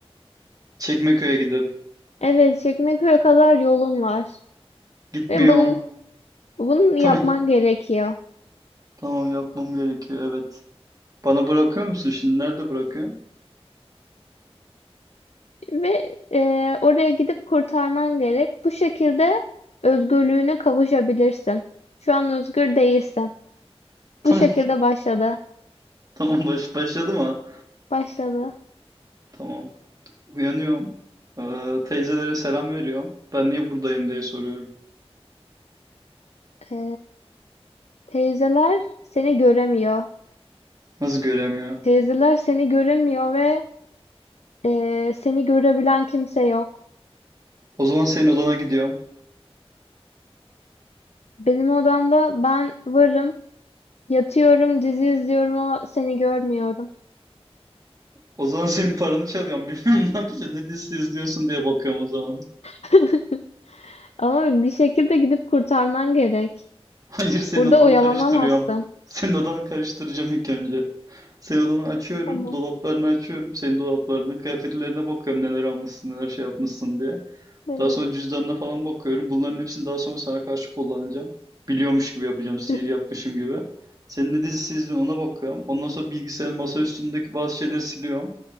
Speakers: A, on the right; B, on the left.
A: Çekmeköy'e gidip.
B: Evet, Çekmeköy'e kadar yolun var
A: Gitmiyorum.
B: ve bunun bunun yapman
A: Tamam.
B: gerekiyor.
A: Tamam yapmam gerekiyor evet. Bana bırakıyor musun şimdi? Nerede bırakıyorsun?
B: Ve e, oraya gidip kurtarman gerek. Bu şekilde özgürlüğüne kavuşabilirsin. Şu an özgür değilsin.
A: Tamam.
B: Bu şekilde başladı.
A: <laughs> Tamam baş, başladı mı?
B: Başladı.
A: Tamam. Uyanıyorum. Ee, teyzelere selam veriyorum. Ben niye buradayım diye soruyorum.
B: E, teyzeler seni göremiyor.
A: Nasıl göremiyor?
B: Teyzeler seni göremiyor ve e, seni görebilen kimse yok.
A: O zaman senin odana gidiyorum.
B: Benim odamda ben varım. Yatıyorum, dizi izliyorum ama seni görmüyorum.
A: O zaman senin paranı çalıyorum. <laughs> Bilmiyorum ne yapacağız. Ne dizisi izliyorsun diye bakıyorum o zaman.
B: <laughs> Ama bir şekilde gidip kurtarman gerek.
A: Hayır senin
B: Burada
A: odanı
B: oyalanamazsın.
A: karıştırıyorum. Senin odanı karıştıracağım ilk önce. Senin odanı açıyorum.
B: Tamam.
A: Dolaplarını açıyorum. Senin dolaplarının kıyafetlerine bakıyorum neler almışsın neler şey yapmışsın diye.
B: Evet.
A: Daha sonra cüzdanına falan bakıyorum. Bunların hepsini daha sonra sana karşı kullanacağım. Biliyormuş gibi yapacağım. Sihir
B: <laughs>
A: yapmışım gibi. Senin ne dizisi izliyorsun ona bakıyorum. Ondan sonra bilgisayarın masa üstündeki bazı şeyleri siliyorum.